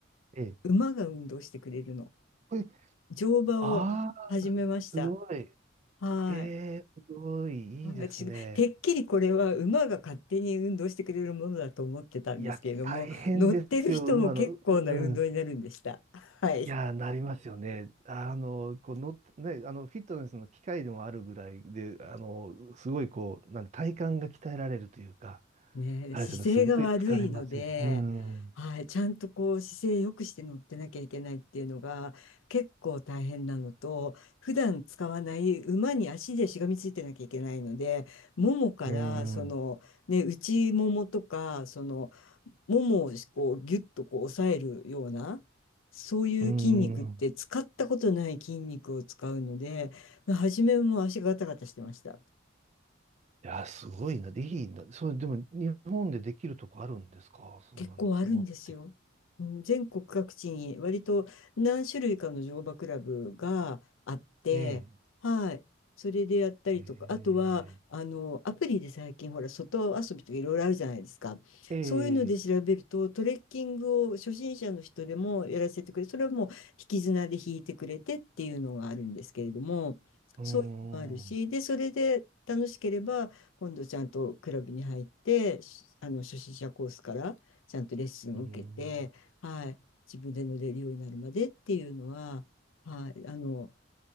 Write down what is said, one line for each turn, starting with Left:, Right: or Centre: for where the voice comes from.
Right: ええ。
Left: 馬が運動してくれるの。
Right: え、
Left: 乗馬を始めました。
Right: ああ、すごい。
Left: はい。
Right: ええ、すごい、
Left: 私、
Right: いいですね。
Left: てっきりこれは馬が勝手に運動してくれるものだと思ってたんですけれども、
Right: いや、大変ですよ、
Left: 乗ってる人も結構な運動になるんでした。
Right: 馬の。ううん。
Left: はい。
Right: いや、なりますよね。あの、この、ね、あの、フィットネスの機械でもあるぐらいで、あの、すごいこう、なんか体幹が鍛えられるというか、
Left: ねえ、
Right: あれですよね、
Left: 姿勢が悪いので、
Right: すごい疲れますよね。うん。
Left: はい、ちゃんとこう姿勢良くして乗ってなきゃいけないっていうのが結構大変なのと、普段使わない馬に足でしがみついてなきゃいけないので、ももからその、
Right: うん。
Left: ね、内ももとか、その、ももをこうギュッとこう押さえるような、そういう筋肉って使ったことない筋肉を使うので、
Right: うん。
Left: 初めも足がガタガタしてました。
Right: いや、すごいな。でいいんだ。それ、でも、日本でできるとこあるんですかそんなのって。
Left: 結構あるんですよ。うん全国各地に割と何種類かの乗馬クラブがあって、
Right: ええ、
Left: はい。それでやったりとか、
Right: ええ、
Left: あとは、あの、アプリで最近、ほら、外遊びとかいろいろあるじゃないですか。
Right: ええ、
Left: そういうので調べると、トレッキングを初心者の人でもやらせてくれ、それはもう引き綱で引いてくれてっていうのがあるんですけれども、
Right: うーん、
Left: そういうのもあるし、
Right: う
Left: で、それで楽しければ、今度ちゃんとクラブに入って、しあの、初心者コースから、ちゃんとレッスンを受けて、
Right: ーん。
Left: はい、自分で乗れるようになるまでっていうのは、はい、あの、